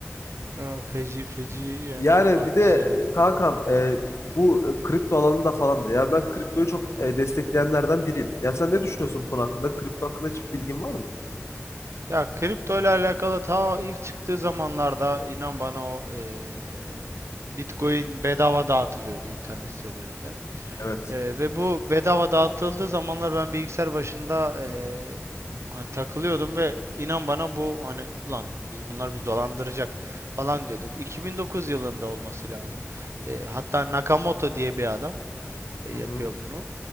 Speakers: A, on the right (about 70°); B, on the left (about 70°).
A: ya feci feci yani
B: Yani
A: farklı
B: bir de
A: şeyler.
B: e, kankam e, bu e, kripto alanında falan da. Yani ben kriptoyu çok e, destekleyenlerden biriyim. Yani sen ne düşünüyorsun bu konu hakkında? Kripto hakkında hiçbir bilgin var mı?
A: Ya kripto ile alakalı ta ilk çıktığı zamanlarda inan bana o eee, Bitcoin bedava dağıtılıyordu internet sitelerinde.
B: Evet.
A: Ee, ve bu bedava dağıtıldığı zamanlar ben bilgisayar başında ee, hani takılıyordum ve inan bana bu hani ulan biz bunlar bizi dolandıracak falan diyorduk. 2009 yılında olması lazım. Ee, hatta Nakamoto diye bir adam e,
B: Hı hı.
A: yapıyor bunu.